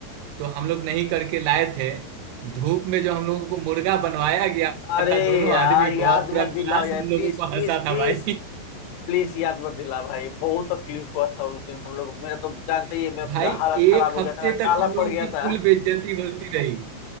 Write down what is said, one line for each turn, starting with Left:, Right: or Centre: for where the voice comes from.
Right: तो हम लोग नहीं करके लाए थे धूप में जो हम लोगों को मुर्गा बनवाया गया
Left: अरे
Right: था दोनों
Left: यार
Right: आदमी
Left: याद
Right: को आप पूरा
Left: मत
Right: क्लास
Left: दिलाओ यार
Right: हम लोगों
Left: प्लीज
Right: को
Left: प्लीज
Right: हंसा
Left: प्लीज
Right: था भाई
Left: प्लीज याद मत दिला भाई बहुत तकलीफ हुआ था उस दिन हम लोग मेरा तो जानते
Right: <laughs>
Left: ही है मेरा
Right: भाई
Left: पूरा हालत
Right: एक
Left: खराब हो
Right: हफ्ते
Left: गया था मैं
Right: तक
Left: काला
Right: हम लोगों
Left: पड़ गया
Right: की कुल
Left: था
Right: बेइज्जती होती रही